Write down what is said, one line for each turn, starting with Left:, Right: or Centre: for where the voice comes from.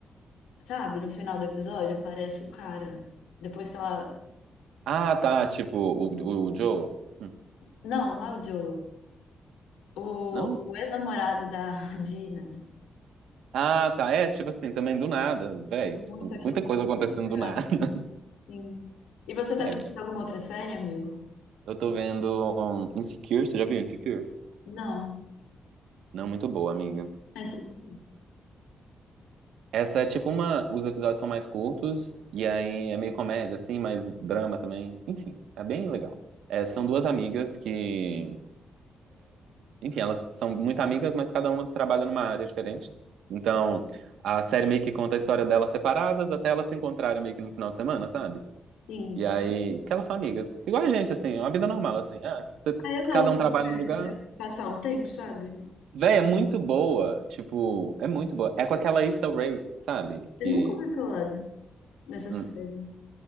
Left: Sabe, no final do episódio aparece o cara. Depois que ela.
Right: Ah, tá. Tipo, o, o o Joe. Hum,
Left: Não, não é o Joel. O,
Right: Não?
Left: o ex-namorado da <laughs> Dina.
Right: Ah, tá. É, tipo assim, também do nada, velho.
Left: Foi muito
Right: Tipo,
Left: aquilo
Right: muita
Left: que
Right: coisa
Left: eu não
Right: acontecendo
Left: tinha esperado
Right: do nada.
Left: pra
Right: <laughs>
Left: mim. Sim. E você tá
Right: É,
Left: assistindo
Right: né?
Left: alguma outra série, amigo?
Right: eu tô vendo um, Insecure. Você já viu Insecure?
Left: Não.
Right: Não, muito boa, amiga.
Left: É sobre tudo.
Right: Essa é tipo uma. Os episódios são mais curtos, e aí é meio comédia, assim, mais drama também. Enfim, é bem legal. É, são duas amigas que. Enfim, elas são muito amigas, mas cada uma trabalha numa área diferente. Então, a série meio que conta a história delas separadas até elas se encontrarem meio que no final de semana, sabe?
Left: Sim.
Right: E aí. Porque elas são amigas. Igual a gente, assim, uma vida normal, assim. Ah, você-
Left: Ah, eu gosto
Right: cada um
Left: dessas
Right: trabalha
Left: séries
Right: num lugar.
Left: pra passar um tempo, sabe?
Right: Véi, é muito boa. Tipo, é muito boa. É com aquela Issa Rae, sabe?
Left: Eu
Right: Que.
Left: nunca ouvi falar dessa
Right: hum,
Left: série.